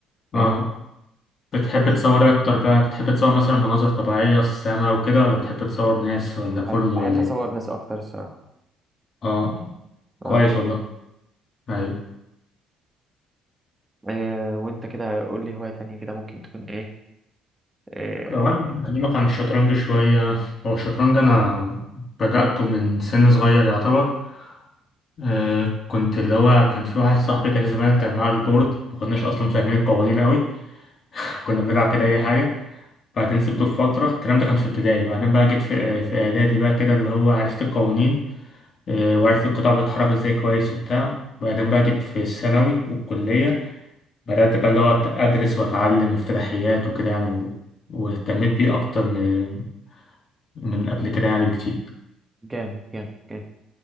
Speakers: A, on the right; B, on the left.
A: فاهم
B: اه بتحب
A: بس
B: تصور إيه أكتر بقى بتحب تصور مثلا مناظر طبيعية السما وكده ولا بتحب تصور ناس ولا كله
A: بحب بحب
B: ولا
A: أصور
B: إيه
A: ناس أكتر الصراحة
B: اه كويس
A: اه
B: والله أي
A: إيه وأنت كده قول لي هواية تانية كده ممكن تكون إيه, إيه
B: وانا ممكن اكلمك عن الشطرنج شويه هو الشطرنج انا بداته من سن صغير يعتبر آه كنت اللي هو كان في واحد صاحبي كده زمان كان معاه البورد ما كناش اصلا فاهمين القوانين قوي كنا بنلعب كده اي حاجه بعدين سبته في فتره الكلام ده كان في ابتدائي بعدين بقى جيت في, آه، في اعدادي بقى كده اللي هو عرفت القوانين آه وعرفت القطع بتتحرك ازاي كويس وبتاع وبعدين بقى جيت في الثانوي والكليه بدات بقى اللي هو ادرس واتعلم افتتاحيات وكده يعني و... واهتميت بيه اكتر من من قبل كده يعني بكتير
A: جامد جامد جامد